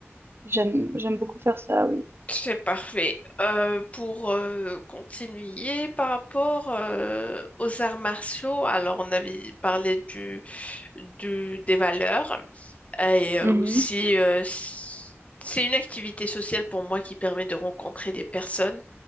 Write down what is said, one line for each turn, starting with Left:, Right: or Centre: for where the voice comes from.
Right: j'aime, j'aime beaucoup faire ça, oui.
Left: c'est parfait. Euh, pour euh, continuer par rapport euh, aux arts martiaux, alors on avait parlé du, du- des valeurs et euh,
Right: Mhm,
Left: aussi euh, c- c'est une activité sociale pour moi qui permet de rencontrer des personnes